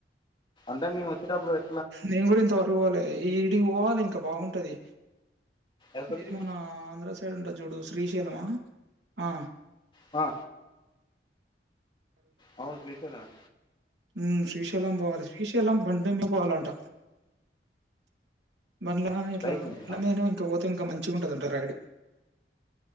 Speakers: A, on the left; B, on the right.
A: అంటే మేము వచ్చేటపుడు పోయ్
B: నేను గూడా ఇంతవరకు పోలే, ఈడి పోవాలే ఇంకా బాగుంటది.
A: ఎక్కడికి
B: ఎది మన ఆంధ్ర సైడ్ ఉంటది, జూడు శ్రీశైలమా ఆ.
A: ఆ అవును శ్రీశైలమే
B: ఉమ్ శ్రీశైలం బోవాలి, శ్రీశైలం బండిమే పోవాలంట. బండ్లమే ఇట్లా
A: బైక్ మీనా
B: బల మీద, ఇంకా పోతే ఇంకా మంచిగుంటదంట రైడు.